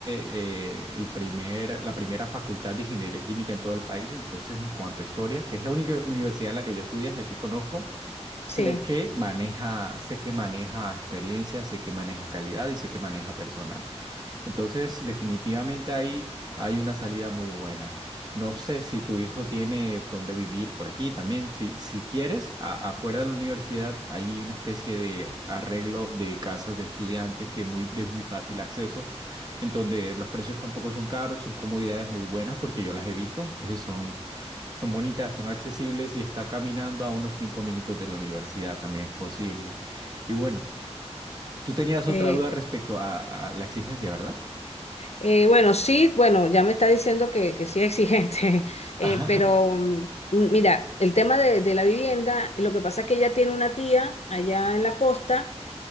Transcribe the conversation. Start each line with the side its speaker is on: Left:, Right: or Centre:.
Right: eh, el primer, la primera facultad de ingeniería química en todo el país. Entonces, en cuanto a historia, que es la única universidad en la que yo estudié, es la que conozco. Sé
Left: Sí.
Right: que maneja, sé que maneja experiencia, sé que maneja calidad y sé que maneja personal. Entonces, definitivamente ahí hay una salida muy buena. No sé si tu hijo tiene dónde vivir por aquí también. Si, si quieres, a- afuera de la universidad hay una especie de arreglo de casas de estudiantes que muy, de muy fácil acceso, en donde los precios tampoco son caros, son comodidades muy buenas porque yo las he visto. Entonces son son bonitas, son accesibles y está caminando a unos cinco minutos de la universidad, también es posible. Y bueno, tú tenías otra
Left: eh,
Right: duda respecto a, a la exigencia, ¿verdad?
Left: eh, bueno, sí, bueno, ya me está diciendo que, que sí es exigente, <laughs> eh,
Right: <laughs>
Left: pero mm, mira, el tema de, de la vivienda, lo que pasa es que ella tiene una tía allá en la costa